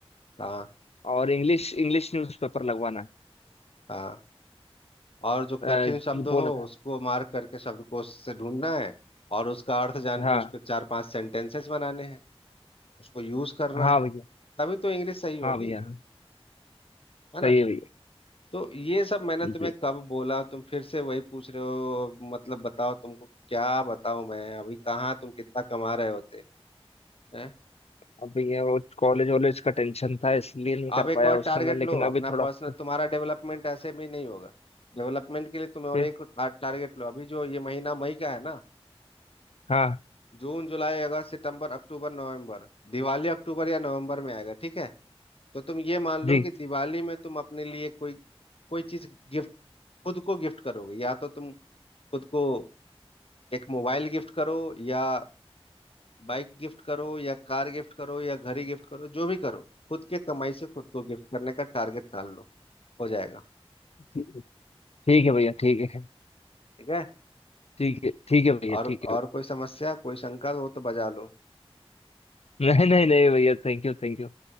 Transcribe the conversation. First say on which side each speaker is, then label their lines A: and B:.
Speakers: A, on the left; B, on the left.
A: हाँ
B: और इंग्लिश इंग्लिश न्यूज़पेपर लगवाना है
A: हाँ और जो
B: अ,
A: कठिन शब्द
B: ये बोला
A: हो
B: था
A: उसको मार्क करके शब्दकोश से ढूंढना है और उसका अर्थ जान
B: हाँ
A: के उस पर चार पांच सेंटेंसेस बनाने हैं उसको यूज करना
B: हाँ
A: है
B: भैया
A: तभी तो इंग्लिश सही होगी
B: हाँ भैया हाँ,
A: है ना
B: सही है भैया
A: तो ये सब मैंने
B: जी
A: तुम्हें कब बोला तुम फिर से वही पूछ रहे हो मतलब बताओ तुमको क्या बताऊं मैं अभी कहाँ तुम कितना कमा रहे होते हैं
B: अब भैया वो कॉलेज वॉलेज का टेंशन था इसलिए नहीं
A: आप
B: कर
A: एक
B: पाया
A: और
B: उस
A: टारगेट
B: समय लेकिन
A: लो
B: अभी
A: अपना
B: थोड़ा
A: पर्सनल
B: सा-
A: तुम्हारा डेवलपमेंट ऐसे भी नहीं होगा डेवलपमेंट के लिए तुम
B: फिर-
A: और एक टारगेट लो अभी जो ये महीना मई का है ना
B: हाँ
A: जून जुलाई अगस्त सितंबर अक्टूबर नवंबर दिवाली अक्टूबर या नवंबर में आएगा ठीक है तो तुम ये मान
B: जी
A: लो कि दिवाली में तुम अपने लिए कोई कोई चीज गिफ्ट खुद को गिफ्ट करोगे या तो तुम खुद को एक मोबाइल गिफ्ट करो या बाइक गिफ्ट करो या कार गिफ्ट करो या घड़ी गिफ्ट करो जो भी करो खुद के कमाई से खुद को गिफ्ट करने का टारगेट ठान लो हो जाएगा
B: ठीक है ठीक है भैया ठीक है
A: ठीक है
B: ठीक है ठीक है भैया
A: और
B: ठीक है
A: और
B: भैया
A: कोई समस्या कोई शंका हो तो बजा लो
B: <laughs> नहीं नहीं नहीं भैया थैंक यू थैंक यू